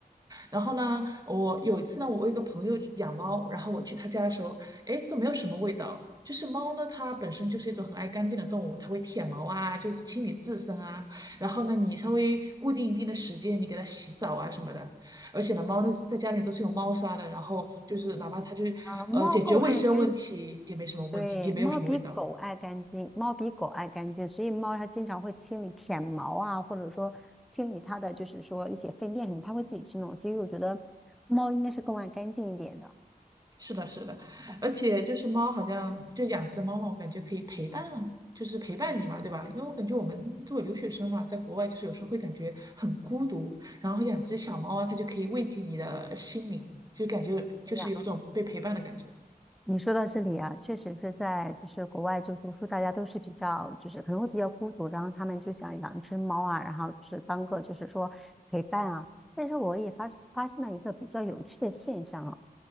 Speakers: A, on the right (about 25°); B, in the centre.
A: 然后呢，我有一次呢，我有一个朋友养猫，然后我去他家的时候，哎，都没有什么味道。就是猫呢，它本身就是一种很爱干净的动物，它会舔毛啊，就是清理自身啊。然后呢，你稍微固定一定的时间，你给它洗澡啊什么的。而且呢，猫呢在家里都是有猫砂的，然后就是哪怕它就是呃解决卫生问题也没什么问题，
B: 啊。猫更爱干对，
A: 也没有什么味道。
B: 猫比狗爱干净，猫比狗爱干净，所以猫它经常会清理舔毛啊，或者说清理它的就是说一些粪便什么，它会自己去弄。所以我觉得猫应该是更爱干净一点的。
A: 是的，是的，而且就是猫，好像就养只猫嘛，我感觉可以陪伴，就是陪伴你嘛，对吧？因为我感觉我们作为留学生嘛，在国外就是有时候会感觉很孤独，然后养只小猫啊，它就可以慰藉你的心灵，就感觉就是有种被陪伴的感觉。
B: 哎呀，你说到这里啊，确实是在就是国外就读书，大家都是比较就是可能会比较孤独，然后他们就想养一只猫啊，然后就是当个就是说陪伴啊。但是我也发发现了一个比较有趣的现象啊，